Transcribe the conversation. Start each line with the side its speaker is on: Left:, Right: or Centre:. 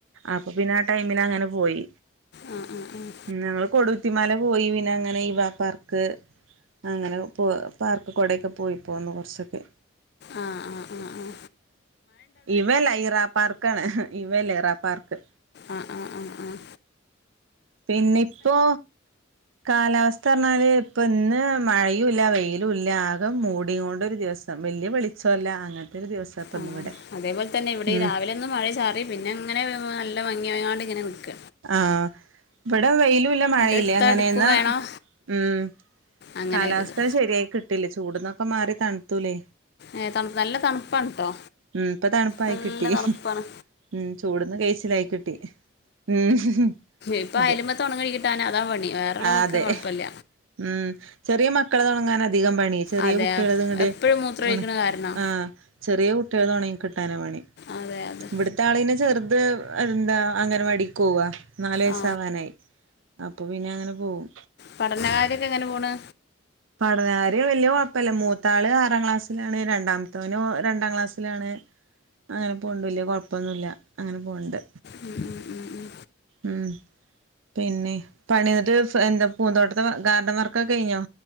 Right: അപ്പൊ പിന്നെ ആഹ് ടൈമിന് അങ്ങനെ പോയി.
Left: ആഹ് ആഹ് ആഹ്.
Right: ഞങ്ങള് കൊടുത്തിമാല പോയി പിന്നെ അങ്ങനെ ഈ വ പാർക്ക് അങ്ങനെ പോ പാർക്ക് കൂടെയൊക്കെ പോയി പോന്ന് കൊർച്ചൊക്കെ
Left: ആഹ് ആഹ് ആഹ് ആഹ്
Right: ഇ വ ലൈ റാ പാർക്കാണ് ഇ വ ലൈ റാ പാർക്ക്.
Left: ആഹ് ആഹ് ആഹ് ആഹ്
Right: പിന്നെപ്പോ കാലാവസ്ഥ ർഞ്ഞാല് ഇപ്പ ഇന്ന് മഴുല്ല വെയിലും ല്ല ആകെ മൂടി കൊണ്ട് ഒരു ദിവസം വല്യ വെളിച്ചോല്ല അങ്ങൻത്തെരു ദിവസം. ഇപ്പ
Left: ആഹ്
Right: ഇന്ന് ഇവിടെ
Left: അതേപോൽ തന്നെ വിടെ
Right: ഉം
Left: രാവിലെ ഒന്നും മഴ ചാറി പിന്നെ ഇങ്ങനെ നല്ല ഭംഗിയ വയാണ്ട് ഇങ്ങനെ നിക്ക
Right: ആഹ് ഇവിട വെയിലും ല്ല മഴയില്ലേ
Left: എടുത്താൽ
Right: അങ്ങനെന്ന്
Left: എടുക്കും വേണം
Right: ഉമ്
Left: അങ്ങനെ
Right: കാലാവസ്ഥ
Left: ഒരു ഇത്
Right: ശരിയായി കിട്ടില്ലേ ചൂട്ന്നൊക്കെ മാറി തണുത്തൂലേ?
Left: ഏ, തണു- നല്ല തണുപ്പാണ് കേട്ടോ
Right: ഉം ഇപ്പൊ തണുപ്പായി
Left: നല്ല
Right: കിട്ടി
Left: തണുപ്പാണ്
Right: ഉം ചൂട്ന്ന് കേയിച്ചിലായി കിട്ടി. ഉം
Left: ഇപ്പൊ
Right: അതെ
Left: അയല്മെത്ത ഒണങ്ങി കിട്ടാന അതാ പണി വേറെള്ളതൊക്കെ
Right: ആ അതെ
Left: കൊഴപ്പല്ല.
Right: ഉം ചെറിയ മക്കൾത് ഒണങ്ങാന അധികം പണി ചെറിയ
Left: അതെയോ
Right: കുട്ടികൾത്ങ്ങട്ട്
Left: എപ്പഴും മൂത്രമൊഴിക്കണ
Right: ഒണ്
Left: കാരണോ
Right: ആ ചെറിയ കുട്ടികൾത് ഒണങ്ങി കിട്ടാന പണി
Left: അതെ അതെ
Right: ഇവിടുത്തെ ആളിനെ ചെറുത് എന്താ അങ്കനവാടി കോവാ നാല് വയസവാനായി
Left: ആ
Right: അപ്പൊ പിന്നെ അങ്ങനെ പോവും
Left: പഠനകാര്യൊക്കെ എങ്ങനെ പോണ്?
Right: പഠനാര് വല്യ കൊഴപ്പല്ല മൂത്താള് ആറാം ക്ലാസ്സിലാണ് രണ്ടാമത്തോന് രണ്ടാം ക്ലാസ്സ്ലാണ്. അങ്ങനെ പോവ്ണ്ട് വെലിയ കൊഴപൊന്നുമില്ല അങ്ങനെ പോവ്ണ്ട്
Left: ഉം ഉം ഉം
Right: ഉം പിന്നെ പണി എന്നിട്ട് ഫ് എന്താ പൂന്തോട്ടത്തെ ഗാ ഗാർഡൻ വർക്കൊക്കെ കഴിഞ്ഞോ